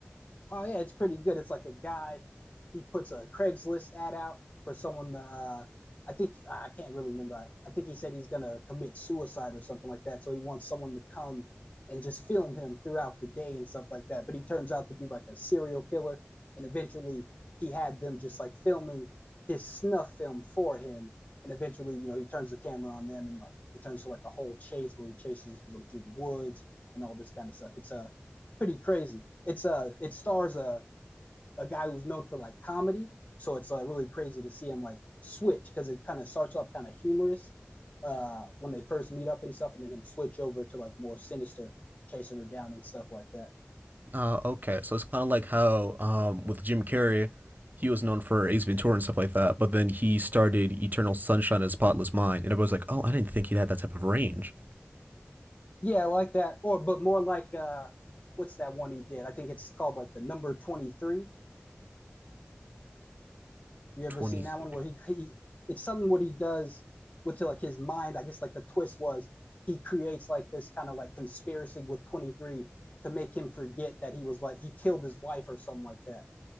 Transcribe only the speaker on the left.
Oh yeah, it's pretty good. It's like a guy he puts a Craigslist ad out for someone to. Uh, I think I I can't really remember. I, I think he said he's gonna commit suicide or something like that. So he wants someone to come and just film him throughout the day and stuff like that. But he turns out to be like a serial killer, and eventually he had them just like filming his snuff film for him. And eventually, you know, he turns the camera on them, and like it turns to like a whole chase where he chases them through the woods and all this kind of stuff. It's a pretty crazy. It's uh it stars a a guy who's known for like comedy, so it's uh, really crazy to see him like switch because it kind of starts off kind of humorous uh when they first meet up and stuff, and then him switch over to like more sinister, chasing her down and stuff like that.
Yeah, I like that. Or but more like uh what's that one he did? I think it's called like the number twenty three. You ever
seen
that one where he, he it's something what he does with like his mind. I guess like the twist was he creates like this kind of like conspiracy with 23 to make him forget that he was like he killed his wife or something like that.